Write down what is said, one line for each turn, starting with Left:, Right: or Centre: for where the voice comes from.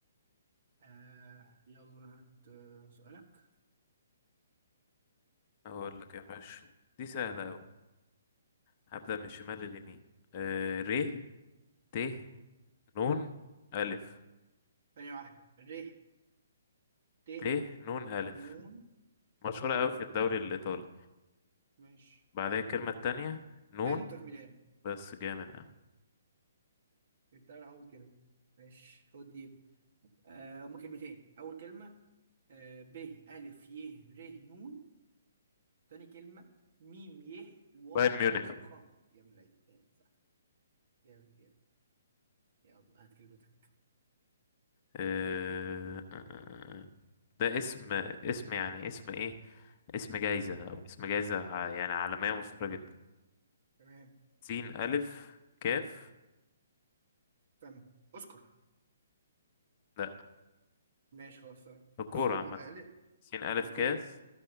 Right: آه يلا هات آه، سؤالك
Left: أقول لك يا باشا دي سهلة أوي هبدأ من الشمال لليمين آه ر ت نون ألف
Right: ثانية واحدة ر ت
Left: ت نون ألف
Right: نون
Left: مشهورة
Right: ألف
Left: أوي في الدوري الإيطالي
Right: ماشي
Left: بعدها الكلمة التانية نون
Right: انتر ميلان
Left: بس جامد أوي
Right: جبتها أنا أول كلمة ماشي خد دي آه هما كلمتين أول كلمة آه ب ألف ي ر نون تاني كلمة ميم ي واو
Left: بايرن ميونخ
Right: نون خ يا ملاي يا صح جامد جامد يلا هات كلمتك
Left: آه، آه، آه، آه. ده اسم اسم يعني اسم ايه اسم جايزة او اسم جايزة ع- يعني عالمية مشهورة جدا
Right: تمام
Left: سين ألف كاف
Right: استنى اذكر
Left: لا
Right: ماشي خلاص تمام.
Left: في الكورة
Right: سين
Left: عامة
Right: ألف
Left: سين ألف
Right: أوكي
Left: كاس